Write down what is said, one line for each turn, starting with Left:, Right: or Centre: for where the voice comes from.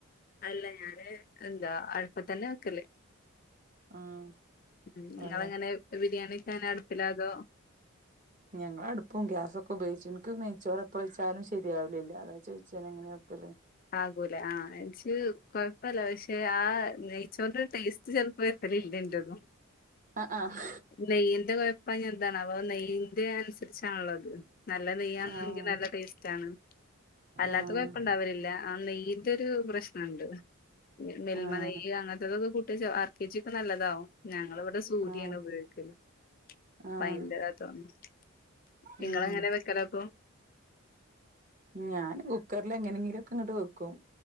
Left: അല്ല ഞാന് എന്താ അഴപ്പ തന്നെ വക്കലേ
Right: ഉം
Left: ഉം നിങ്ങളങ്ങനെ
Right: അല്ലെ
Left: ബിരിയാണിന അടുപ്പില്ലതോ
Right: ഞങ്ങള അടുപ്പും ഗ്യാസൊക്കെ ഉപയോഗിച്ചു എനിക്ക് നെയ്ച്ചോർ എപ്പ വെച്ചാലും ശരിയാവലില്ല അത ചോദിച്ചാൻ എങ്ങനെയൊക്കെല്ലേ
Left: ആകൂലെ ആഹ എനി കൊഴപ്പല്ല പക്ഷെ ആ ച്ചോറി ഒരു ടേസ്റ്റ് ചെപ്പോ എത്ര ഇല്ലണ്ടും
Right: ആഹ് ആഹ്
Left: നെയ്യന്റെ അ എന്താണ്ണ അവ ന ഇ തിരിച്ചാണല്ലോ അത് നല്ല നെയ്യാെങ്കിൽ
Right: ആഹ്
Left: നല്ല ടേസ്റ്റ് ആണ് അല്ലാത്ത
Right: ആഹ്
Left: കൊഴപ്പ ഉണ്ടാവലില്ല നെയന്റെ ഒരു പ്രശ്നുണ്ട് മെമ
Right: ആഹ്
Left: നെയ്ന ക്കെ കട്ട ആർ കെച്ചി ഒക്കെ നല്ലതാാവും ഞങ്ങ ഇവിടെ സൂര്യാണ്
Right: ആഹ്
Left: ഉപയോഗിക്കുന്നത്
Right: ആഹ്
Left: ഭയന്റെതാ തോന്നുന്നു നിങ്ങള
Right: ഉം
Left: എങ്ങനെ വെക്കലോ ഇപ്പൊ
Right: ഞാൻ കുക്കറൽ എങ്ങനെങ്കിലൊക്കെ ഇങ്ങോട്ട് വെക്കും